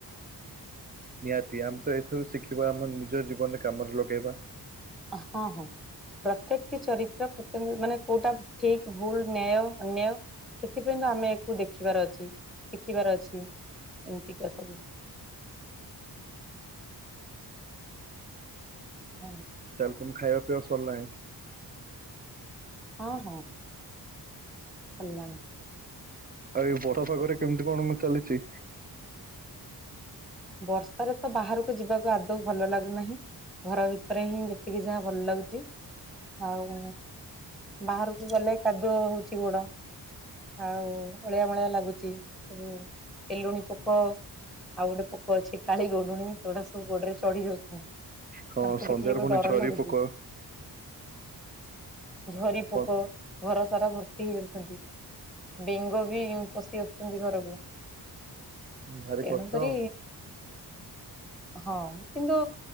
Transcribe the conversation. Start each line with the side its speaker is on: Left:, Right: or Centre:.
Right: ନିହାତି ଆମେ ତ ଏଥିରୁ ଶିଖିବା ଆମ ନିଜ ଜୀବନରେ କାମରେ ଲଗେଇବା।
Centre: ହଁ ହଁ। ପ୍ରତ୍ୟେକଟି ଚରିତ୍ର ପ୍ରତ୍ୟ ମାନେ କୋଉଟା ଠିକ ଭୁଲ ନ୍ୟାୟ ଅନ୍ୟାୟ ସେଥିପାଇଁ ତ ଆମେ ଏହାକୁ ଦେଖିବାର ଅଛି ଶିଖିବାର ଅଛି ଏମତିକା ସବୁ। ହଁ।
Right: ତାଲେ ତୁମ ଖାଇବା ପିଇବା ସରିଲାଣି।
Centre: ହଁ ହଁ ସରିଲାଣି।
Right: ଆଉ ଏ ବଡ ପାାଗରେ କେମିତି କଣ ମ ଚାଲିଛି?
Centre: ବର୍ଷାରେ ତ ବାହାରକୁ ଯିବାକୁ ଆଦୌ ଭଲ ଲାଗୁନାହିଁ ଘର ଭିତରେ ହିଁ ଯେ ଟିକେ ଯାହା ଭଲ ଲାଗୁଛି। ଆଉ ବାହାରକୁ ଗଲେ କାଦୁଅ ହଉଛି ଗୋଡ। ଆଉ ଅଳିଆ ମଳିଆ ଲାଗୁଛି ଉ ତେଲୁଣି ପୋକ ଆଉ ଗୋଟେ ପୋକ ଅଛି କାଳି ଗୋଉଡୁଣି ସେଗୁଡା ସବୁ ଗୋଡରେ ଚଢି ଯାଉଛନ୍ତି। ତାଙ୍କୁ
Right: ହଁ ସନ୍ଧ୍ୟାରେ
Centre: ଦେଖିଲେ ତ
Right: ପୁଣି
Centre: ଡର
Right: ଝରି
Centre: ଲାଗୁଛି।
Right: ପୋକ।
Centre: ଝରି
Right: ସ-
Centre: ପୋକ ଘରସାରା ଭର୍ତ୍ତି ହେଇଯାଉଛନ୍ତି। ବେଙ୍ଗ ବି ପଶି ଆସୁଛନ୍ତି ଘରକୁ।
Right: ଭାରି
Centre: ତେଣୁ
Right: କଷ୍ଟ
Centre: କରି
Right: ଆଉ
Centre: ହଁ କିନ୍ତୁ